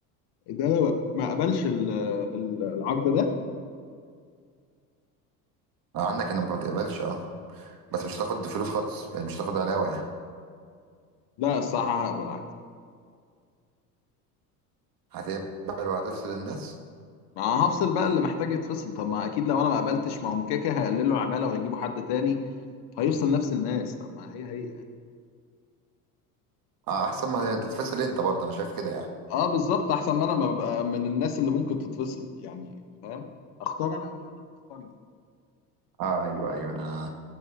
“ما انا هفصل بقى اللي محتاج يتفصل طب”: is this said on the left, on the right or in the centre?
Left